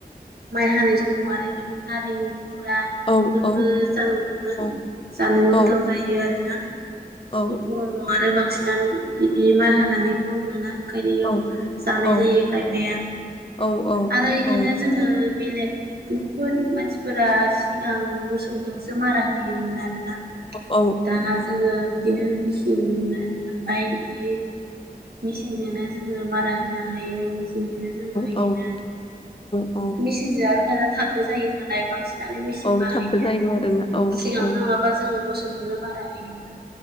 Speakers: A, on the right; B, on the left.
A: माइ हानाय समाव आरो बिदि नारें बा
B: औ
A: इफोरबो
B: औ
A: जानौबो
B: औ
A: जानोबो गोथाव
B: औ
A: जायो आरोना।
B: औ
A: गरमाव आरो बांसिनानो इदि माय हानानै गरम मोना। ओंखायनो इयाव
B: औ
A: जानाय
B: औ
A: जायो खायफाया
B: औ
A: आरो इदिनो
B: औ
A: जोङो बेलेग बुहुद मानसिफोरा सिगां मोसौजोंसो मारा होयोमोन आरो। आरोना
B: औ
A: दाना जोङो इदिनो मेचिन मोनो। मोनबाय इदि मेसि नो‌ जोङो मारा होनो हायो मेसि बिदिनो जोङो इदिनो
B: औ औ
A: मेचिनजों आरो दाना थाबबो जायो नालाय बांसिन जानो मेचिन
B: औ
A: बाहायो
B: थाबबो जायो
A: आरो
B: आरोना औ
A: सिगांथ'
B: औ
A: नङाबा जोङो मोसौजोंनो मारा होयोमोन